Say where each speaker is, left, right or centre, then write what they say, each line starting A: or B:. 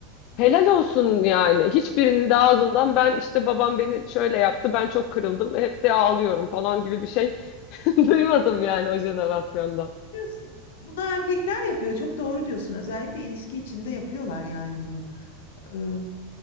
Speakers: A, on the left; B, on the left.
A: Evet,
B: Helal olsun yani. Hiçbirinin de ağzından ben işte babam beni şöyle yaptı, ben çok kırıldım, hep de ağlıyorum falan gibi bir şey <laughs> duymadım yani o jenerasyonda.
A: diyorsun? Bunu erkekler yapıyor. Çok doğru diyorsun. Özellikle ilişki içinde yapıyorlar yani bunu. Ee,